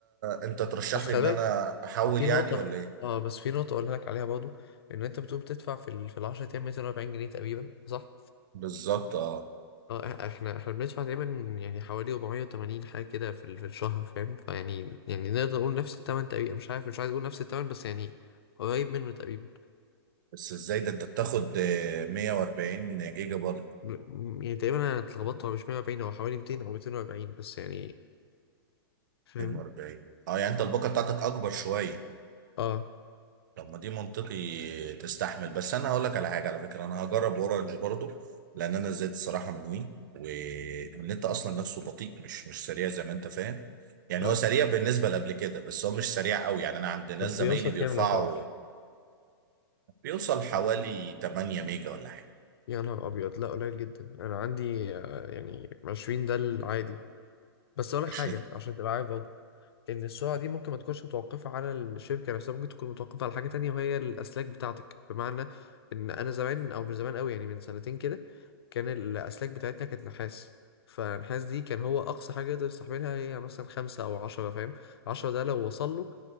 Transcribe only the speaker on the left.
بس خلي
بالك
في
نقطة
اه بس في نقطة اقولها لك عليها برضو ان انت بتقول بتدفع في ال... في ال 10 ايام 240 جنيه تقريبا صح؟
اه إح- احنا احنا بندفع تقريبا يعني حوالي 480 حاجة كده في ال... في الشهر فاهم؟ فيعني يعني نقدر نقول نفس التمن تقريبا مش عارف مش عايز اقول نفس التمن بس يعني قريب منه تقريبا
م- يعني تقريبا انا اتلخبطت هو مش 140 هو حوالي 200 او 240 بس يعني فاهمني
اه
فهمتك
طب
بيوصل
كام لو تعرف
يا نهار ابيض لا قليل جدا انا عندي آه، يعني 20 ده العادي بس اقول لك
حاجه عشان تبقى عارف برضه ان السرعه دي ممكن ما تكونش متوقفه على الشركه نفسها ممكن تكون متوقفه على حاجه تانية وهي الاسلاك بتاعتك بمعنى ان انا زمان او مش زمان قوي يعني من سنتين كده كان الاسلاك بتاعتنا كانت نحاس فالنحاس دي كان هو اقصى حاجه يقدر يستحملها هي مثلا خمسة او عشرة فاهم عشرة ده لو وصل له